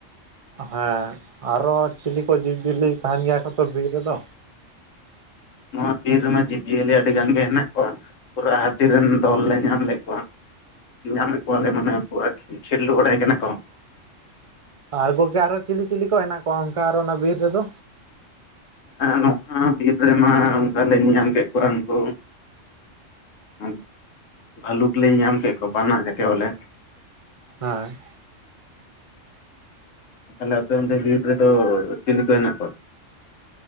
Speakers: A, on the right (about 40°); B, on the left (about 80°).
A: ᱦᱮᱸ ᱟᱨᱚ ᱪᱤᱞᱤ ᱠᱚ ᱡᱤᱵᱽ ᱡᱤᱭᱟᱹᱞᱤ ᱛᱟᱦᱮᱱ ᱜᱮᱭᱟ ᱠᱚᱛᱚ ᱵᱤᱨ ᱨᱮᱫᱚ
B: ᱱᱚᱣᱟ ᱵᱤᱨ ᱨᱮᱢᱟ ᱡᱤᱵᱽ ᱡᱤᱭᱟᱹᱞᱤ ᱟᱹᱰᱤ ᱜᱟᱱ ᱜᱮ ᱦᱮᱱᱟᱜ ᱠᱚᱣᱟ ᱯᱩᱨᱟᱹ ᱦᱟᱹᱛᱤ ᱨᱮᱱ ᱫᱚᱞ ᱞᱮ ᱧᱟᱢ ᱞᱮᱫ ᱠᱚᱣᱟ ᱧᱟᱢ ᱞᱮᱫ ᱠᱚᱣᱟᱞᱮ ᱢᱟᱱᱮ ᱯᱩᱨᱟᱹ ᱠᱷᱮᱞᱰᱩ ᱵᱟᱲᱟᱭ ᱠᱟᱱᱟ ᱠᱚ
A: ᱟᱨ ᱜᱚᱝᱠᱮ ᱟᱨᱚ ᱪᱤᱞᱤ ᱪᱤᱞᱤ ᱠᱚ ᱦᱮᱱᱟᱜ ᱠᱚᱣᱟ ᱚᱱᱠᱟ ᱟᱨᱚ ᱚᱱᱟ ᱵᱤᱨ ᱨᱮᱫᱚ
B: ᱱᱚᱣᱟ ᱵᱤᱨ ᱨᱮᱢᱟ ᱚᱱᱠᱟ ᱞᱮ ᱧᱮᱧᱟᱢ ᱠᱮᱫ ᱠᱚᱣᱟ ᱩᱱᱠᱩ ᱦᱩ ᱵᱷᱟᱞᱩᱠ ᱞᱮ ᱧᱮᱧᱟᱢ ᱠᱮᱫ ᱠᱚᱣᱟ ᱵᱟᱱᱟ ᱡᱟᱠᱮ ᱵᱚᱞᱮ
A: ᱦᱮᱸ
B: ᱛᱟᱦᱞᱮ ᱟᱯᱮ ᱚᱱᱛᱮ ᱵᱤᱨ ᱨᱮᱫᱚ ᱪᱤᱞᱤ ᱠᱚ ᱦᱮᱱᱟᱜ ᱠᱚᱣᱟ